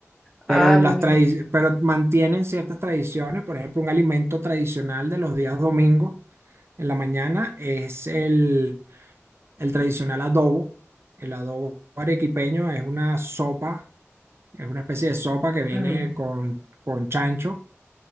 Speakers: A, on the right (about 55°); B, in the centre.
A: pero
B: Ah,
A: las
B: mira.
A: tradi- pero mantienen ciertas tradiciones. Por ejemplo, un alimento tradicional de los días domingos en la mañana es el el tradicional adobo. El adobo arequipeño es una sopa, es una especie de sopa que viene
B: Ujú.
A: con, con chancho